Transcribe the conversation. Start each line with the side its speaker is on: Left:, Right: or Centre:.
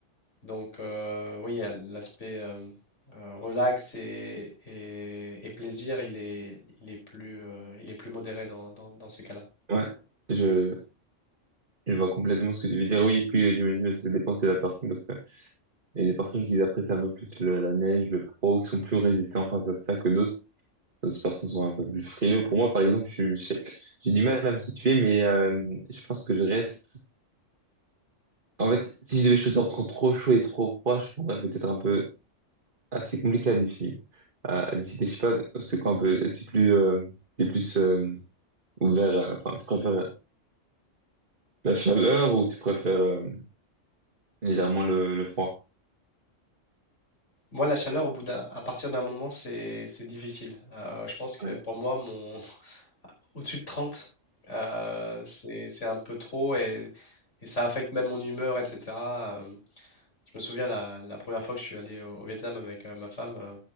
Left: Donc, euh, oui, il y a l'aspect euh, euh, relax et, et- et plaisir, il est, il est plus, euh, il est plus modéré dans, dans- dans ces cas-là.
Right: ouais, je, je vois complètement ce que tu veux dire. Oui, puis euh, j'imagine que ça dépend de la personne parce que il y a des personnes qui apprécient un peu plus le- la neige, le froid, ou qui sont plus résistantes face à cela que d'autres. D'autres personnes sont un peu plus frileux. Pour moi, par exemple, je suis, je- j'ai du mal à me situer, mais euh, je pense que je reste. En fait, si je devais choisir entre trop chaud et trop froid, je prendrais peut-être un peu. Ah, c'est compliqué à décider. À, à décider, je sais pas, c'est quoi un peu. T'es plus, euh, t'es plus euh, ouvert. à- Enfin, tu préfères La chaleur ou tu préfères euh, légèrement le, le froid?
Left: Moi, la chaleur, au bout d'un, à partir d'un moment, c'est, c'est difficile. Euh, je pense que
Right: Ouais.
Left: pour moi, mon, Au-dessus de 30, euh, c'est, c'est un peu trop et, et ça affecte même mon humeur, etc. Euh, je me souviens la, la première fois que je suis allé au, au Vietnam avec euh, ma femme. euh,